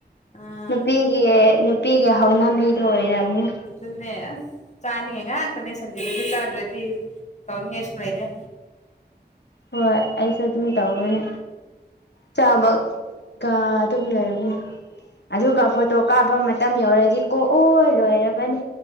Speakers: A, on the left; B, on the left.
A: ꯑꯥ
B: ꯅꯨꯄꯤ꯫ ꯑꯦ ꯅꯨꯄꯤꯒꯤ ꯍꯧꯅꯕꯤꯗꯣ ꯑꯣꯏꯔꯝꯅꯤ
A: ꯑꯗꯨꯅꯦ ꯆꯥꯅꯤꯡꯉꯥꯏ ꯉꯛꯇꯅꯦ ꯁꯟꯗꯦꯗꯗꯤ ꯆꯥꯗꯔꯗꯤ ꯇꯧꯅꯤꯡꯉꯥꯏꯁꯨ ꯂꯩꯇꯔꯦ
B: ꯍꯣꯏ ꯑꯩꯁꯨ ꯑꯗꯨꯝ ꯇꯧꯔꯤꯅꯦ ꯆꯥꯕꯒ ꯑꯗꯨꯝ ꯂꯩꯔꯕꯅꯦ ꯑꯗꯨꯒ ꯐꯣꯇꯣ ꯀꯥꯞꯄ ꯃꯇꯝ ꯌꯧꯔꯗꯤ ꯀꯣꯛꯑꯣ ꯂꯣꯏꯔꯕꯅꯤ